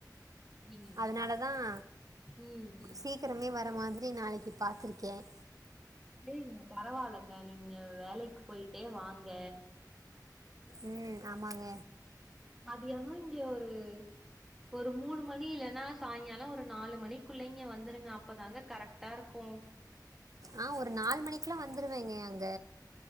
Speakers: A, in the centre; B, on the right.
A: அப்டிங்களா?
B: அதனாலதான்
A: ம்.
B: சீக்கிரமே வர அத மாதிரி நாளைக்கு பாத்துருக்கேன்
A: சரிங்க பரவாயில்லைங்க நீங்க வேலைக்கு போயிட்டே வாங்க
B: ம் ஆமாங்க
A: மதியானம் இங்க ஒரு ஒரு மூணு மணி இல்லன்னா சாயங்காலம் ஒரு நாலு மணிக்குள்ள இங்க வந்துருங்க அப்பதாங்க கரெக்டா இருக்கும்
B: ஆ ஒரு நாலு மணிக்கு எல்லாம் வந்துருவேங்க அங்க